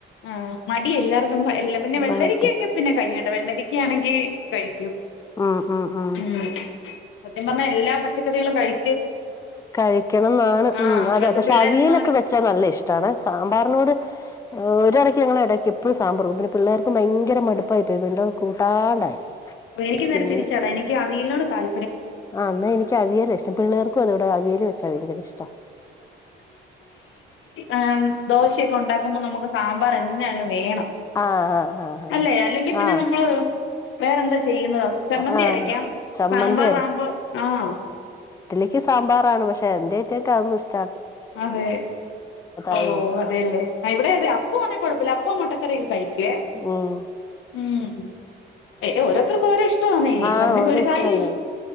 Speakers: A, on the left (about 85°); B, on the left (about 15°).
A: ആ മടി എല്ലാർ നുമ്മ എല്ല
B: ആഹ്
A: പിന്നെ വെള്ളരിക്കഒക്കെ പിന്നെ കഴിഞ്ഞ വെള്ളരിക്ക ആണെങ്കി കഴിക്കും
B: ഉം ഉം ഉം
A: മ് സത്യം പറഞ്ഞ‌ എല്ല പച്ച ച്ചക്കറികളും കഴി
B: കഴിക്കണംന്നാണ്
A: ആഹ്
B: മ്
A: ഇപ്പഴത്തെ
B: അതെ പക്ഷെ
A: പിള്ളേരൊന്നും
B: അവിയലൊക്കെ
A: അങ്ങനെ
B: വെച്ചാ നല്ല ഇഷ്ടാണ് സാമ്പാറിനോട് ഒരെട ഞങ്ങളടയ്ക്ക് എപ്പഴും സാമ്പറും പിന്നെ പിള്ളേർക്ക് ഭയങ്കര മടുപ്പായി പോയി വിണ്ടും കൂട്ടാണ്ടായി
A: ഒ എനിക്ക് നേരെ
B: പിന്നെ
A: തിരിച്ചത എനിക്ക് അ വീൽനോട് താൽ
B: ആ എന്നാ എനിക്ക് അവിയല ഇഷ്ടം പിള്ളേർക്കും അതവിടെ അവിയല് വെച്ചാ ഭയങ്കര ഇഷ്ടാ.
A: ആ ദോശയൊക്കെ ഉണ്ടാക്കുമ്പം നമുക്ക് സാമ്പാർ എന്നയലും വേണം.
B: ആഹ് ആഹ്
A: അല്ലേ അല്ലെങ്കി പിന്നെ
B: ആഹ് ആഹ്
A: നമ്മള് വേറെ എന്ത ചെയ്യുന്നത ചമ്മന്തി
B: ആഹ് ആഹ്
A: അരക്കാം.
B: ചമ്മന്തി
A: സാമ്പാറാമ്പോ ആഹ്.
B: ക്ക് സാമ്പാറാണ്. പക്ഷെ എന്റെ അയിറ്റകക്ക് അതൊന്നും ഇഷ്
A: അതെ ഓ
B: ആയോണ്ട്
A: അതേല്ലേ ആഹ് ഇവിടെ അതെ അപ്പൊ ആന്നെ കുഴ്പ്പല്ല അപ്പോം മൊട്ടക്കറ്യൊക്കെ കഴിക്ക്വേ
B: ഉം
A: ഉം ഏ ഓരോ ക്കോരൊ ഇഷ്ടവാന്നെ
B: ആഹ്
A: പറഞ്ഞിട്ട്
B: ഓരോ
A: ഒരു കാര്യം
B: ഇഷ്ടല്ല
A: ഇ